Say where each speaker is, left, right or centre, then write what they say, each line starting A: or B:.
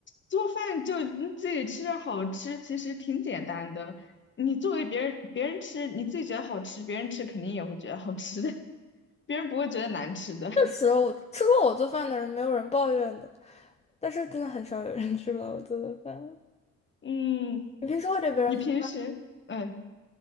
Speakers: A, on the left; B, on the left.
A: 做饭就你自己吃着好吃，其实挺简单的。你作为别人别人吃，你自己觉得好吃，别人吃肯定也会觉得好吃的，<laughs> 别人不会觉得难吃的。
B: 确实，我吃过我做饭的人，没有人抱怨的，但是真的很少有人吃了我做的饭。
A: <laughs> 嗯，
B: 你平时会给别人做？
A: 你平时嗯